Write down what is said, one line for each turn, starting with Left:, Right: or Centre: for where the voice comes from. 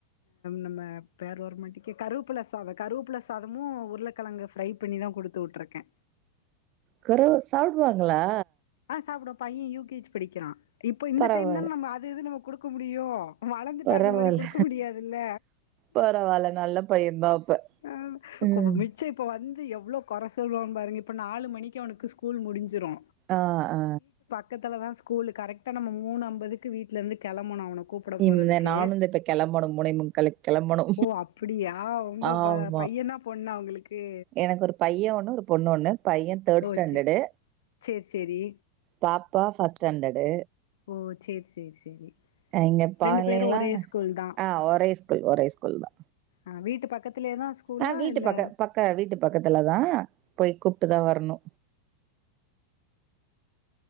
Left: நம்ம பேர் வர மாட்டிக்கே கருப்புல சாத கருப்புல சாதமு உருளக்க கிழங்கு ஃப்ரை பண்ணி தா கொடுத்து விட்டுருக்கே
Right: குறவு சாப்பிடுவாங்களா
Left: ஆ சாப்புடுவா பைய யூ கே ஜி படிக்கிறா இப்ப இந்த
Right: பரவால்ல
Left: டைம் தான நம்ம அது இது நம்ம கொடுக்க முடியு வளந்துட்டா
Right: பரவால்ல
Left: அந்த மாரி குடுக்க முடியாதுல்ல
Right: பரவால்ல நல்ல பையந்தா அப்ப
Left: ஆ
Right: ம்
Left: மிச்ச இப்ப வந் து எவ்வளோ கொர சொல்வா பாருங்க இப்போ நாலு மணிக்கு அவனுக்கு ஸ்கூல் முடிஞ்சுரு
Right: ஆ ஆ
Left: பக்கத்தில்லா ஸ்கூல் கரெக்ட நம்ம மூணு அம்பதுக்கு வீட்ல இருந்து கிளம்பணு அவனு கூப்பிட போறதுக்கு
Right: இந்த நானு இந்த இப்ப கெளம்பணு மூணே முக்காலுக்கு கெளம்பணு
Left: ஓ அப்படியா உங்க
Right: ஆமா
Left: பை பையனா பொண்ணா உங்களுக்கு
Right: எனக்கு ஒரு பைய ஒன்னு ஒரு பொண்ணு ஒன்னு பையன் தேர்ட்
Left: ஓ
Right: ஸ்டாண்டர்டு
Left: சேரி சேரி சேரி
Right: பாப்பா ஃபர்ஸ்ட் ஸ்டாண்டர்டு
Left: ஓ சேரி சேரி சேரி
Right: இங்க பாலைளா
Left: ரெண்டு பேரு ஒரே ஸ்கூல் தா
Right: ஆ ஒரே ஸ்கூல் ஒரே ஸ்கூல்தா
Left: ஆ வீட்டு பக்கத்துலயேதா ஸ்கூலா
Right: ஆ வீட்டு
Left: இல்ல
Right: பக்க பக்க வீட்டு பக்கத்துலதா போய் கூ ப்ட்டுதா வரணு